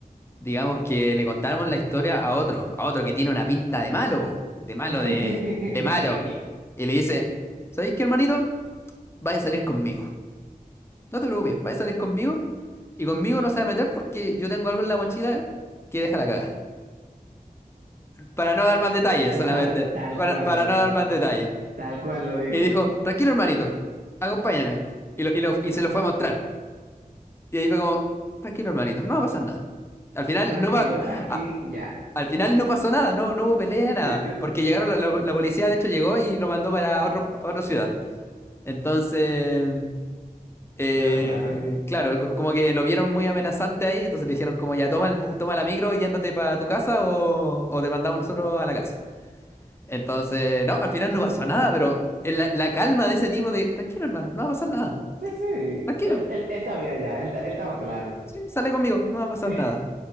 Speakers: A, on the left; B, on the right.
A: digamos que le contamos la historia a otro, a otro que tiene una pinta de malo, po, de malo,
B: <laughs>
A: de, de malo, y le dice, ¿sabéis qué, hermanito? Vaya a salir conmigo, no te preocupes, vaya a salir conmigo, y conmigo no se va a meter porque yo tengo algo en la mochila que deja la caga. Para no dar más detalles,
B: Tal
A: solamente,
B: cual, tal
A: para,
B: cual
A: para
B: lo dijo.
A: no dar más detalles.
B: Tal cual lo dijo.
A: Y dijo, tranquilo, hermanito, acompáñame, y, lo- y lo- y se lo fue a mostrar. Y ahí fue como, tranquilo, hermanito, no va a pasar nada. Al final
B: Tranquilo,
A: no va,
B: aquí
A: a-
B: ya.
A: al final no pasó nada, no, no hubo pelea,
B: <laughs>
A: nada. Porque llegaron, la, la- la policía de hecho llegó y lo mandó para otro, para otra ciudad. Entonces, eh,
B: Quedó claro.
A: claro, co- como que lo vieron muy amenazante ahí, entonces le dijeron como ya toma el, bu- toma la micro y ándate para tu casa o, o te mandamos nosotros a la casa. Entonces, no, al final no pasó nada, pero el- la, la calma de ese tipo de, tranquilo, hermano, no va a pasar nada.
B: Sí, sí,
A: Tranquilo,
B: él, él, él sabía ya, él, ta- él estaba claro.
A: sí, sale conmigo, no va a
B: <laughs>
A: pasar nada.